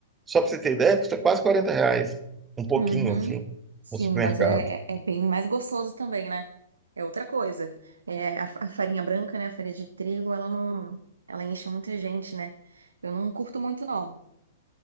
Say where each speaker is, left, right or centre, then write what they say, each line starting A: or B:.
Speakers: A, on the right; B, on the right.
A: só para você ter ideia, custa quase 40 reais, um pouquinho
B: Uhum.
A: assim,
B: Sim,
A: no supermercado.
B: mas é, é, é bem mais gostoso também, né? É outra coisa. É, a, fa- a farinha branca, né? A farinha de trigo, ela não. Ela enche muita gente, né? Eu não curto muito, não.